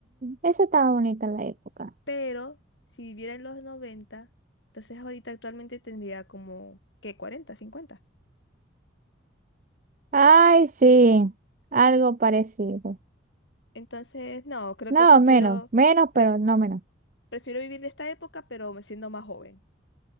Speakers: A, on the right; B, on the left.
A: esa estaba bonita en la época.
B: Pero si viviera en los 90, entonces ahorita actualmente tendría como, ¿qué? cuarenta, 50.
A: Ay, sí, algo parecido.
B: Entonces, no, creo
A: No,
B: que prefiero,
A: menos, menos,
B: pre-
A: pero no menos.
B: prefiero vivir de esta época, pero siendo más joven.